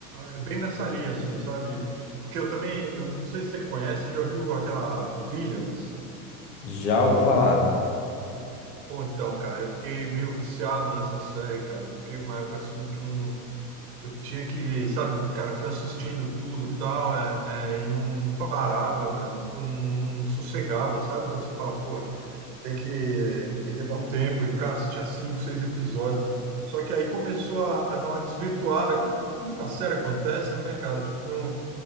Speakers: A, on the right (about 65°); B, on the left (about 50°).
A: É bem nessa linha, assim, sabe? Porque eu também, eu não sei se você conhece, você já ouviu aquela Billions?
B: Já ouvi falar.
A: Pô, então, cara, eu fiquei meio viciado nessa série, cara. Eu fiquei uma época assim que não, eu tinha que, sabe, cara, eu fui assistindo tudo e tal, é, é, e não, não parava, velho, não, não, não sossegava, sabe? Quando você fala, porra, Tem que, tem que dar um tempo e ficar assistir a cinco, seis episódios. Só que aí começou a, a dar uma desvirtuada, como muita série acontece, né, cara? Tipo, no-